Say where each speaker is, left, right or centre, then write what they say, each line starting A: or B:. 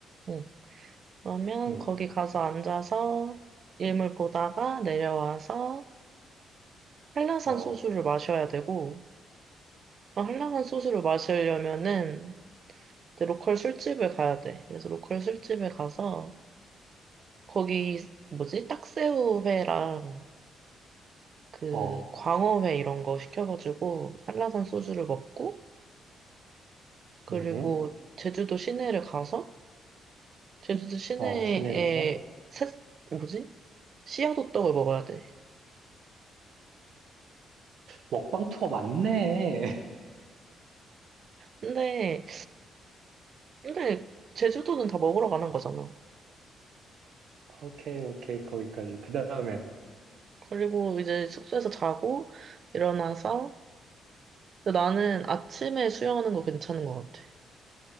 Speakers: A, on the right; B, on the right.
A: 응. 그러면
B: 응.
A: 거기 가서 앉아서 일몰 보다가 내려와서 한라산
B: 어,
A: 소주를 마셔야 되고, 어, 한라산 소주를 마시려면은 이제 로컬 술집을 가야 돼. 그래서 로컬 술집에 가서 거기 뭐지? 딱새우회랑 그
B: 어,
A: 광어회 이런 거 시켜가지고 한라산 소주를 먹고 그리고
B: 응.
A: 제주도 시내를 가서 제주도 시내에
B: 어, 시내 가서
A: 새, 뭐지? 씨앗호떡을 먹어야 돼.
B: 먹방 투어 맞네.
A: 근데 근데 제주도는 다 먹으러 가는 거잖아.
B: <laughs> 오케이, 오케이. 거기까지. 그 다음엔
A: 그리고 이제 숙소에서 자고 일어나서 근데 나는 아침에 수영하는 거 괜찮은 것 같아.